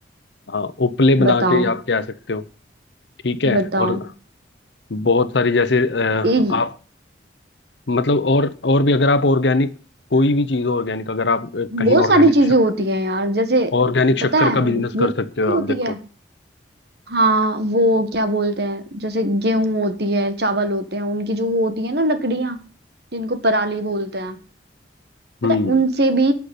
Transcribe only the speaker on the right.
बताओ
बताओ
ये
बहुत
सारी चीजें
होती हैं यार जैसे
पता है
वो
नहीं
होती
है हाँ वो क्या बोलते हैं जैसे गेहूं होती है चावल होते हैं उनकी जो वो होती है ना लकड़ियां जिनको पराली बोलते हैं
पता है उनसे भी